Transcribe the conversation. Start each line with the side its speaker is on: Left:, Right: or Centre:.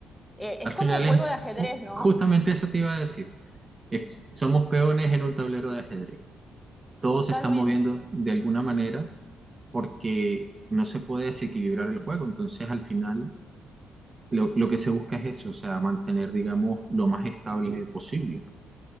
Centre: eh, es
Right: Al
Centre: como
Right: final
Centre: un juego
Right: es,
Centre: de ajedrez,
Right: oh,
Centre: ¿no?
Right: justamente eso te iba a decir, Es- somos peones en un tablero de ajedrez. Todos
Centre: Totalmente.
Right: se están moviendo de alguna manera porque no se puede desequilibrar el juego. Entonces, al final, lo, lo que se busca es eso, o sea, mantener, digamos, lo más estable posible